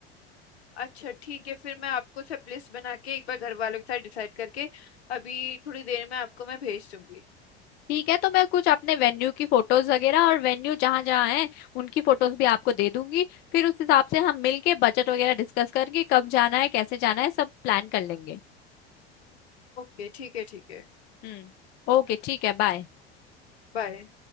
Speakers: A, on the left; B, on the left.
A: अच्छा ठीक है फिर मैं आपको सब लिस्ट बना के एक बार घर वालों के साथ डिसाइड करके अभी थोड़ी देर में आपको मैं भेज दूंगी
B: ठीक है तो मैं कुछ अपने वेन्यू की फोटोज वगैरह और वेन्यू जहाँ जहाँ हैं उनकी फोटोज भी आपको दे दूंगी फिर उस हिसाब से हम मिलके बजट वगैरह डिस्कस करके कब जाना है कैसे जाना है सब प्लान कर लेंगे
A: ओके ठीक है ठीक है
B: हम्म ओके ठीक है बाय
A: बाय